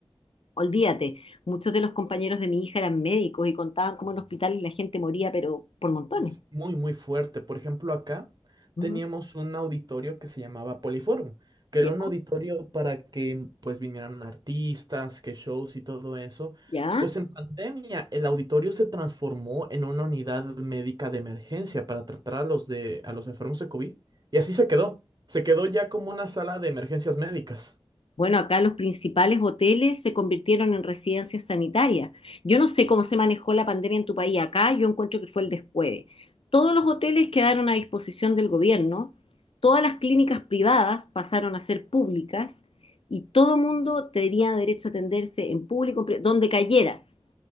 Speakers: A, on the left (about 70°); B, on the right (about 45°).
A: olvídate, muchos de los compañeros de mi hija eran médicos y contaban cómo en hospitales la gente moría, pero por montones.
B: Es Muy, muy fuerte. Por ejemplo, acá
A: Ujú.
B: teníamos un auditorio que se llamaba Poliforum, que
A: ¿Ya?
B: era un auditorio para que pues vinieran artistas, que shows y todo eso.
A: ¿Ya?
B: Pues en pandemia el auditorio se transformó en una unidad médica de emergencia para tratar a los de a los enfermos de COVID y así se quedó. Se quedó ya como una sala de emergencias médicas.
A: Bueno, acá los principales hoteles se convirtieron en residencias sanitarias. Yo no sé cómo se manejó la pandemia en tu país. Acá yo encuentro que fue el descueve. Todos los hoteles quedaron a disposición del gobierno, todas las clínicas privadas pasaron a ser públicas y todo mundo tenía derecho a atenderse en público, en pri- donde cayeras.